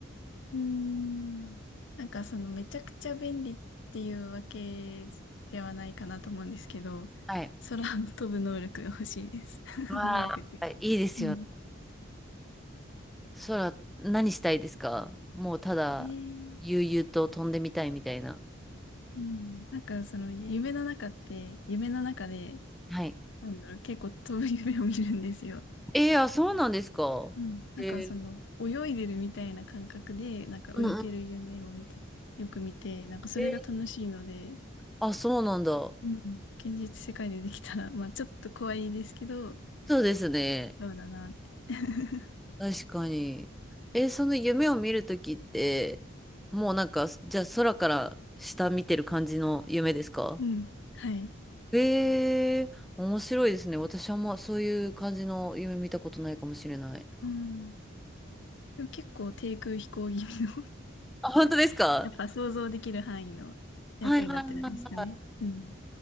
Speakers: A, on the left (about 65°); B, in the centre.
A: うん、なんかそのめちゃくちゃ便利っていうわけではないかなと思うんですけど、
B: はい。
A: 空を飛ぶ能力が欲しいです。<laughs>
B: わあ、
A: 能力って。
B: いいですよ。
A: うん。
B: そら、何したいですかもうただ、
A: えー、
B: 悠々と飛んでみたいみたいな。
A: うん、なんかその夢の中って、夢の中で、
B: はい。
A: なんだろう、結構飛ぶ夢を見るんですよ。
B: えー、あ、そうなんですか。
A: うん。なんかその、
B: えー、
A: 泳いでるみたいな感覚で、なんか浮いてる夢を見て、
B: うんうん。
A: よく見て、なんかそれが楽しいので、
B: えー、あ、そうなんだ。
A: うん。現実世界でできたら、<laughs> まあちょっと怖いですけど、
B: そうですね。
A: そうだなって。<laughs>
B: 確かに。えー、その夢を見るときって、もうなんか、じゃあ空から下見てる感じの夢ですか
A: うん。<laughs> はい。
B: えー、面白いですね。私はもうそういう感じの夢見たことないかもしれない。
A: うん。でも結構低空飛行気味の
B: あ、本当ですか
A: <laughs> やっぱ想像できる範囲のやつになってるんですかね。
B: はいはいはいは
A: うん。